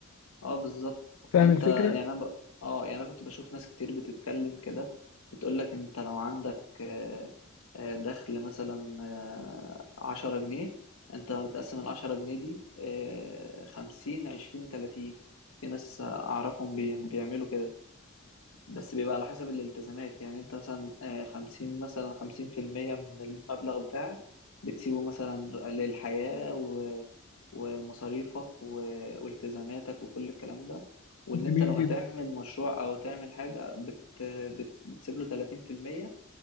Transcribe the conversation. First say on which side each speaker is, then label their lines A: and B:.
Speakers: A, on the left (about 75°); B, on the left (about 85°).
A: اه بالظبط
B: فاهم
A: فانت
B: الفكرة؟
A: يعني انا ب... اه يعني انا كنت بشوف ناس كتير بتتكلم كده بتقولك انت لو عندك آه، آه، دخل مثلا آه، عشرة جنيه انت بتقسم العشرة جنيه دي آه، خمسين عشرين تلاتين في ناس اعرفهم بي- بيعملوا كده بس بيبقى على حسب الالتزامات يعني انت مثلا آه، خمسين مثلا خمسين في المية من المبلغ بتاعك بتسيبه مثلا للحياة ومصاريفك و- والتزاماتك وكل الكلام ده وان
B: جميل
A: انت لو
B: جدا
A: هتعمل مشروع او تعمل حاجة بت بت بتسيب له 30%